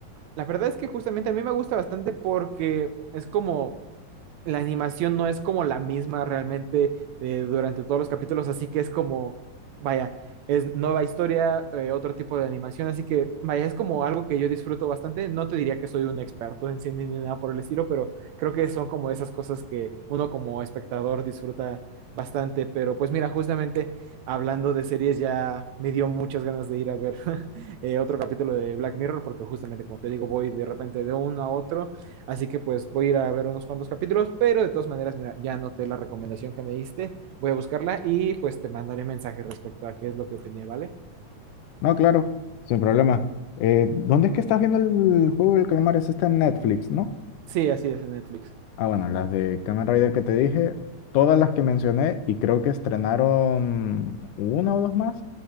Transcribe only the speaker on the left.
No, claro, sin problema. Eh, ¿dónde es que estás viendo el juego del calamar? Es esta en Netflix, ¿no?
Ah, bueno, las de Kamen Rider que te dije, todas las que mencioné y creo que estrenaron una o dos más,